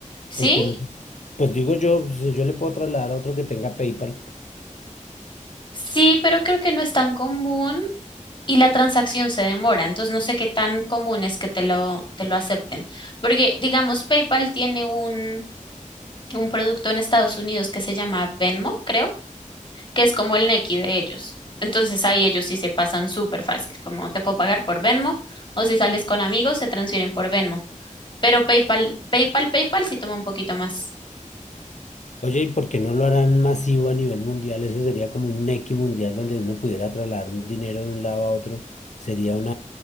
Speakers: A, on the left; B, on the left.
A: Sí,
B: porque no. Pues digo yo, si yo le puedo trasladar a otro que tenga PayPal.
A: sí, pero creo que no es tan común y la transacción se demora, entonces no sé qué tan común es que te lo, te lo acepten. Porque, digamos, PayPal tiene un... un producto en Estados Unidos que se llama Venmo, creo, que es como el Nequi de ellos. Entonces ahí ellos sí se pasan súper fácil, como te puedo pagar por Venmo o si sales con amigos se transfieren por Venmo. Pero PayPal, PayPal, PayPal sí toma un poquito más.
B: Oye, ¿y por qué no lo harán masivo a nivel mundial? Eso sería como un Nequi mundial donde uno pudiera trasladar un dinero de un lado a otro. Sería un